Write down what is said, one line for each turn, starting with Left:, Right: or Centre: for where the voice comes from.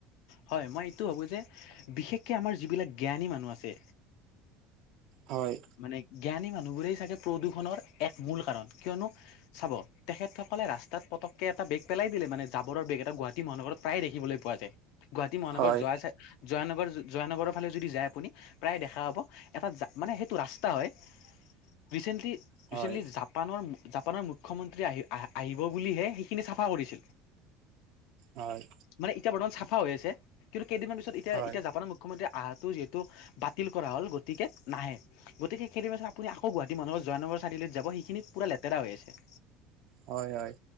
Left: হয় মই এইটো ভাবোঁ যে, বিশেষকে আমাৰ যিবিলাক জ্ঞানী মানুহ আছে
Right: হয়।
Left: মানে জ্ঞানী মানুহবোৰেই চাগে প্ৰদূৰ্ষণৰ এক মূল কাৰণ কিয়নো চাব তেখেত সকলে ৰাস্তাত পটককে এটা বেগ পেলাই দিলে মানে জাবৰৰ বেগ এটা গুৱাহাটী মহানগৰত প্ৰায় দেখিবলৈ পোৱা যায়। গুৱাহাটী মহানগৰ
Right: হয়।
Left: যোৱাই চাই জয়ানগৰ জয়ানগৰৰ ফালে যদি যায় আপুনি প্ৰায় দেখা পাব এটা জা মানে সেই টো ৰাস্তা হয়, ৰিছেণ্টলি
Right: হয়
Left: ৰিছেণ্টলি জাব পানৰ জাপানৰ মুখ্যমন্ত্ৰী আহি আহ আহিব বুলিহে সেইখিনি চাফা কৰিছিল।
Right: হয়।
Left: মানে এতিয়া বৰ্তমান চাফা হৈ আছে কিন্তু কেইদিনমান পিছত এতিয়া
Right: হয়
Left: এতিয়া জাপানৰ মু খ্যমন্ত্ৰী আহাটো যিহেতু বাতিল কৰা হ'ল গতিকে নাহে। গতিকে কেইদিনমান পাছত আপুনি আকৌ গুৱাহাটী মহানগৰ জয়ানগৰ চাৰিআলিত যাব সেইখিনি পূৰা লেতেৰা হৈ আছে।
Right: হয় হয়।